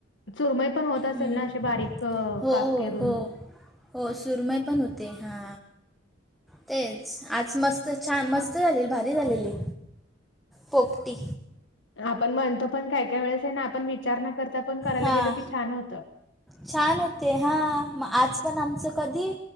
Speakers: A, on the left; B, in the centre.
A: चुरमई पण होत असेल
B: हं.
A: ना असे बारीक अ
B: हो
A: काप
B: हो
A: केरून.
B: हो हो सुरम‌ई पण होते, हा. तेच आज मस्त छान मस्त झालेली भारी झालेली, पोपटी.
A: आपण म्हणतो पण काय-काय वेळेस आहे ना आपण विचार न करता पण करायला
B: हां
A: गेलो की छान होतं.
B: छान होते हा मग आज पण आमचं कधी